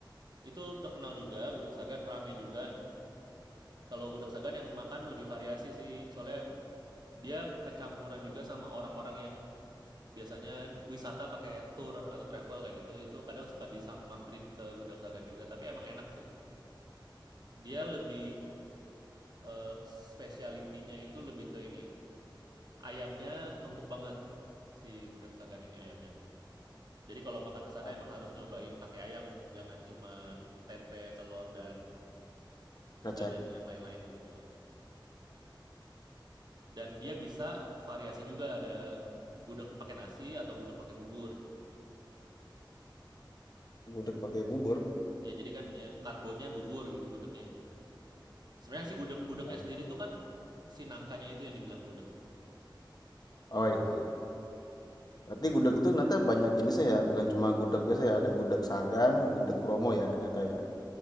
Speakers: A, on the right; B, on the left.
A: itu terkenal juga, gudeg Sagan rame juga. Kalau gudeg Sagan yang makan lebih variasi sih, soalnya dia kecampuran juga sama orang-orang yang biasanya wisata pakai tour atau travel kayak gitu. Itu kadang suka disamperin ke gudeg Sagan juga, tapi emang enak sih. Dia lebih eh, speciality-nya itu lebih ke ini, Ayamnya empuk banget si gudeg sagan ini ayamnya. Jadi kalau makan ke sana
B: Oh.
A: emang harus nyobain pakai ayam, jangan cuman tempe, telur dan
B: Krecek
A: dan yang yang lain-lain gitu. Dan dia bisa variasi juga ada gudeg pakai nasi atau gudeg pakai bubur.
B: gudeg pakai bubur.
A: Ya jadi kan ya karbonnya bubur gitu gudegnya. Sebenarnya si gudeg gudegnya
B: Oh
A: sendiri itu kan si nangkanya itu yang dibilang gudeg.
B: Oh, iya iya. Berarti gudeg itu ternyata banyak jenisnya ya, bukan cuma gudeg biasa ya, ada gudeg Sagan, gudeg Promo ya, ternyata ya.